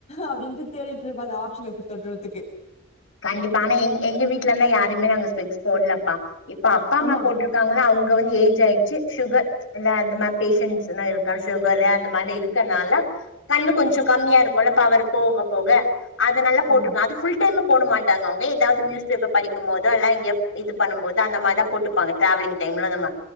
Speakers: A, on the left (about 35°); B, on the left (about 70°).
A: அப்டின்ட்டு தேடிட்டு இருப்ப அந்த ஆப்ஷன போய் தெடுறதுக்கு
B: கண்டிப்பா ஆனா எ எங்க வீட்டுல எல்லா யாருமே நாங்க ஸ்பிகஸ் போடலப்பா இப்ப அப்பா அம்மா
A: ஆமா
B: போட்டுரு காங்களா அவுங்க வந்து ஏஜ் ஆயிடுச்சு சுகர் இல்ல அந்த மாரி பேஷன்ட்ஸ் எல்லா இருக்க சுகர் அந்த மாரி இருக்கனால கண்ணு கொஞ்சோ கம்மியா இருக்கும்ல்ல பவர் போக போக அது நால போட்டிருக்கே
A: ஆமா
B: அது ஃபுல் டைமு போட மாட்டாங்க அவுங்க ஏதாவது நியூஸ் பேப்பர் படிக்கு போதுல்ல இங்க இது பண்ணு போது அந்த மாரி தா போட்டு இருப்பாங்க டிராவலிங் டைம்ல அந்தமா